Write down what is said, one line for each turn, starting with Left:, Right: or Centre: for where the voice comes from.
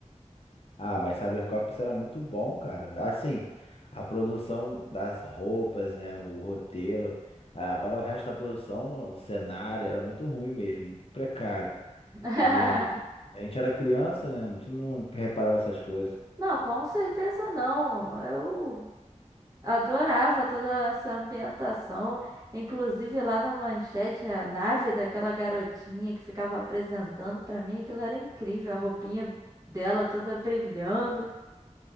Left: Ah, mas Cybercops era muito bom, cara. Assim, a produção das roupas, né? O roteiro. Ah, Agora o resto da produção, o cenário era muito ruim mesmo, muito precário.
Right: <laughs>
Left: Mas a gente era criança, né? A gente não reparava essas coisas.
Right: Não, com certeza não. Eu Adorava toda essa ambientação, inclusive lá na manchete, a nave daquela garotinha que ficava apresentando pra mim, aquilo era incrível, a roupinha dela toda brilhando.